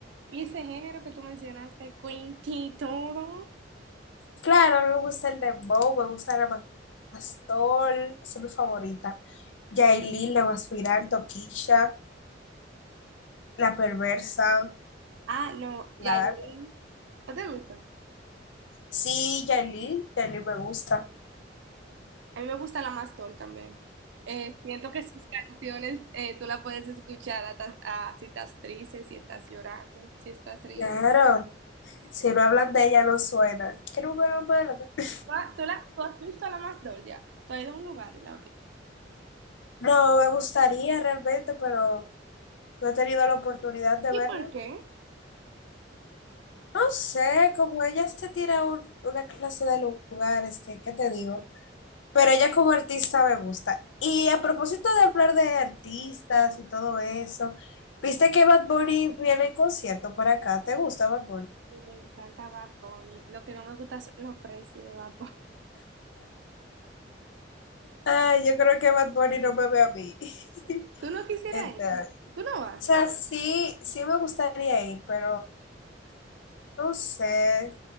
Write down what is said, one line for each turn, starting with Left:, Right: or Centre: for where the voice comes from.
Right: y ese género que tú mencionaste, Quinty todo.
Left: claro, me gusta el dembow, me gusta la Pastor, esa es mi favorita. Yailin, la Maspiral, Toquilla, la Perversa,
Right: Ah, no,
Left: claro.
Right: Yailin, ¿no te gusta?
Left: Sí, Yailin, Yailin me gusta.
Right: A mí me gusta la Mastol también. Eh, siento que sus canciones eh, tú las puedes escuchar hasta- ah, si estás triste, si estás llorando, si estás riendo.
Left: Claro, si no hablan de ella no suena. Qué número malo. <laughs>
Right: Ah, ¿Tú, la, tú has visto a la más doll ya? Tú has ido a un lugar y la has visto.
Left: No, me gustaría realmente, pero No he tenido la oportunidad de
Right: ¿Y
Left: verla.
Right: por qué?
Left: No sé, como ella se tira un- una clase de lugares, que, ¿qué te digo? Pero ella como artista me gusta. Y a propósito de hablar de artistas y todo eso, ¿viste que Bad Bunny viene en concierto para acá? ¿Te gusta Bad Bunny?
Right: Y me encanta Bad Bunny. Lo que no me gusta son los precios de Bad Bunny.
Left: Ay, yo creo que Bad Bunny no me ve a mí. <laughs>
Right: <laughs> ¿Tú no quisieras
Left: Entonces,
Right: ir? ¿Tú no vas?
Left: o sea, sí, sí me gustaría ir, pero no sé